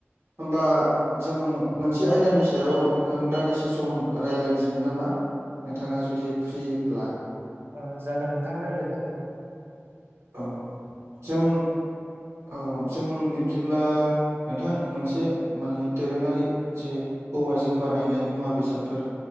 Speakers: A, on the right (about 80°); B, on the right (about 50°).
A: होनबा। जों मोनसे आयदानि सायाव नोंथां दान्दिसे सम रायज्लायदिनि नामा। नोंथाङा जुदि फ्रिब्ला
B: औ जागोन नोंथां रायलायजागोन।
A: औ जों औ जों बिब्दिब्ला नोंथां मोनसे माने दोरोङारि जे औवाजों बानायनाय मुवा बेसादफोर